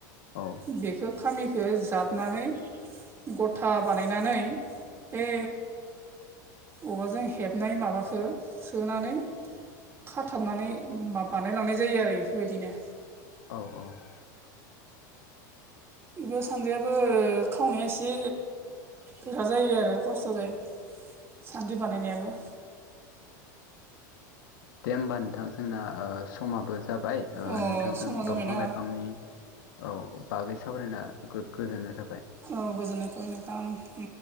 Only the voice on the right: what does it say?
बेखौ खामिखौ जाबनानै <unintelligible> <unintelligible> बानायनानै बे औवाजों हेबनाय माबाखौ सोनानै खाथाबनानै <unintelligible> बानायलांनाय जायो आरो बेफोरबायदिनो।
बेबो सान्द्रियाबो खावनाया एसे गोरा जायो आरो खस्थ' जायो सान्द्रि बानायनायाबो।
अ
समा जाबायना
औ गोजोननाय थाबाय नोंथां ओं।